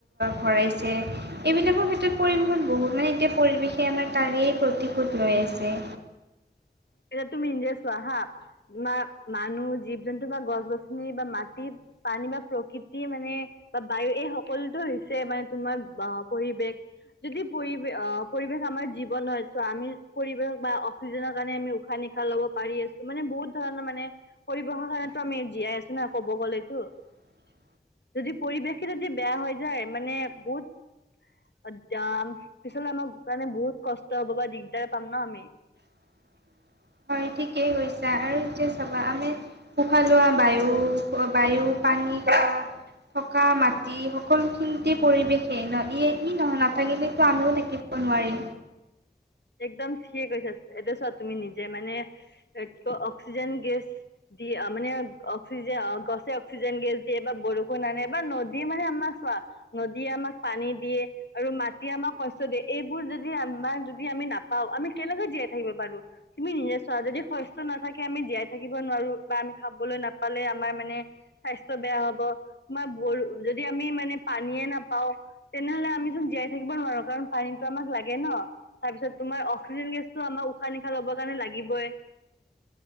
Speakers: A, on the right; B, on the left.
A: ভৰাইছে এইবিলাকৰ ক্ষেত্ৰত। পৰিৱেশত বহুত মানে এতিয়া পৰিৱেশে আমাৰ তাৰেই প্ৰতিশোধ লৈ আছে
B: এয়া তুমি নিজে চোৱা হা তোমাৰ মানুহ জীৱ জন্তু বা গছ গছনি বা মাটি। পানী বা প্ৰকৃতি মানে বা বায়ু এই সকলোতো হৈছে মানে তোমাৰ পৰিৱেশ। যদি পৰিৱেশ আহ পৰিৱেশ আমাৰ জীৱন হয় চ আমি পৰিৱেশ বা অক্সিজেনৰ কাৰণে আমি উশাহ নিশাহ লব পাৰি আছো। মানে বহুত ধৰণৰ মানে পৰিৱেশৰ কাৰণো আমি জীয়াই আছো না কব গ'লেতো।
A: উ।
B: যদি পৰিৱেশে যদি বেয়া হৈ যায় মানে বহুত পিছলে আমাৰ কাৰণে বহুত কষ্ট হ'ব। বা দিগদাৰে পাম ন আমি।
A: <inaudible> হয় ঠিকেই কৈছা আৰু এতিয়া চাবা আমি উশাহ লোৱা বায়ু বায়ু। আহিবা। থকা মাটি সকলোখিনিতে পৰিৱেশেই নহ ই ই নহয় নাথাকিলো আমিও থাকিম নোৱাৰি।
B: একদম ঠিকে কৈছা এতিয়া চোৱা তুমি নিজে মানে কি কয় অক্সিজেন গেছ। দিয়া মানে অক্সিজেন গছে অক্সিজেন গেছ দিয়ে বা বৰষুণ আানে বা নদীয়ে মানে আমাক নদীয়ে আমাক পানী দিয়ে আৰু মাটিয়ে আমাক শস্য দিয়ে এইবোৰ যদি আমাক যদি। যদি আমি নাপাও আমি কেনেকে জীয়াই থাকিব পাৰো তুমি নিজে চোৱা যদি শস্য নাথাকে আমি জীয়াই থাকিব নোৱাৰো। বা আমি খাবলৈ নাপালে আমাৰ মানে স্বাস্থ্য বেয়া হ'ব আমাৰ যদি আমি। মানে পানীয়েে নাপাওঁ তেনেহলে আমিচোন জীয়াই থাকিব নোৱাৰো কাৰণ পানীতো আমাক লাগে ন'। তাৰপিছত তোমাৰ অক্সিজেন গেছটো। আমাৰ উশাহ নিশাহ লবৰ কাৰণে লাগিবই।